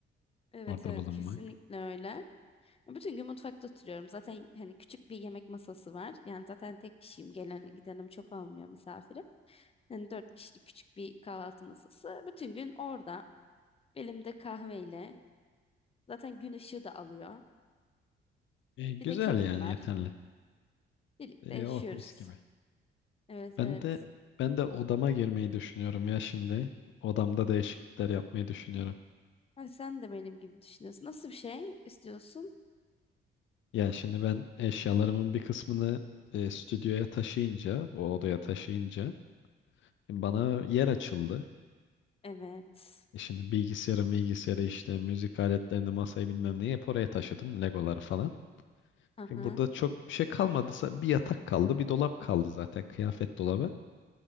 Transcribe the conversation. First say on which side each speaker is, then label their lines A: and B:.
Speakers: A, on the left; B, on the left.
A: Evet
B: orada
A: evet
B: bulunmak.
A: kesinlikle öyle. Bütün gün mutfakta oturuyorum. Zaten hani küçük bir yemek masası var. Yani zaten tek kişiyim. Gelen gidenim çok olmuyor misafirim. Yani dört kişilik küçük bir kahvaltı masası. Bütün gün orada elimde kahveyle. Zaten gün ışığı da alıyor.
B: E, güzel
A: Bir de kedim
B: yani
A: var.
B: yeterli.
A: Birlikte
B: E,
A: yaşıyoruz.
B: oh mis gibi.
A: Evet
B: Ben
A: evet.
B: de ben de odama girmeyi düşünüyorum ya şimdi. Odamda değişiklikler yapmayı düşünüyorum.
A: Ha, sen de benim gibi düşünüyorsun. Nasıl bir şey istiyorsun?
B: Ya şimdi ben eşyalarımın bir kısmını e, stüdyoya taşıyınca, o odaya taşıyınca e, bana yer açıldı.
A: Evet.
B: E, şimdi bilgisayarı, bilgisayarı işte müzik aletlerini, masayı bilmem neyi hep oraya taşıdım. Legoları falan.
A: Aha.
B: E, burada çok bir şey kalmadıysa bir yatak kaldı, bir dolap kaldı zaten kıyafet dolabı.